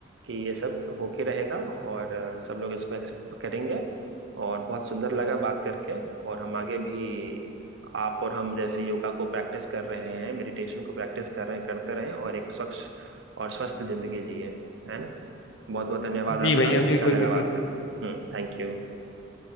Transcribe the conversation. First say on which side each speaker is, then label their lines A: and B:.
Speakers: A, on the right (about 70°); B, on the left (about 80°).
A: कि ये सब होके रहेगा और अ, सब लोग इसको एक्सेप्ट करेंगे और बहुत सुंदर लगा बात करके और हम आगे भी आप और हम जैसे योगा को प्रैक्टिस कर रहे हैं मेडिटेशन को प्रैक्टिस कर रहे हैं करते रहें और एक स्वच्छ और स्वस्थ जिंदगी जिए है ना बहुत बहुत धन्यवाद
B: जी
A: आपका
B: भैया बिल्कुल
A: अच्छा लगा
B: बिल्कुल
A: बात करके हम्म Thank you